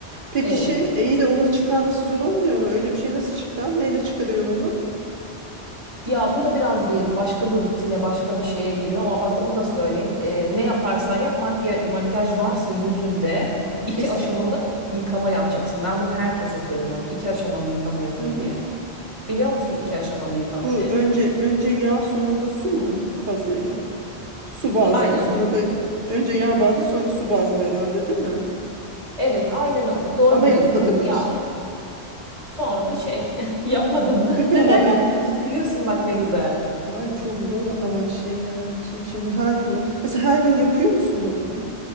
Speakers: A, on the right; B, on the right.
A: Peki
B: Evet.
A: şey e, iyi de onu çıkarması zor olmuyor mu? Öyle bir şey nasıl çıkar? Neyle çıkarıyorsun onu?
B: Ya bu da biraz bir başka bir rutine başka bir şeye giriyor ama bak onu da söyleyeyim. E,
A: Hı.
B: ne yaparsan yap makyaj, makyaj varsa yüzünde iki
A: Kesin.
B: aşamalı yıkama yapacaksın. Ben bunu herkese söylüyorum. İki aşamalı yıkama yapın
A: Hı.
B: diye. Biliyor musun iki aşamalı yıkama
A: Bu
B: ne?
A: önce önce yağ sonra da su mu fazıyla? Su bazlı
B: Aynen.
A: sonra da önce yağ bazlı sonra su bazlı herhalde değil mi?
B: Evet, aynen o. Doğru
A: Ama
B: biliyorsun.
A: yapmadım
B: Bak
A: hiç.
B: ya sonra da şey <laughs> yapmadın mı?
A: <laughs> Hayır.
B: Neden yapmıyorsun? Biliyorsun bak ne güzel.
A: Ay çok zor ama şey yani kim şimdi her gün o. Mesela her gün yapıyor musun onu?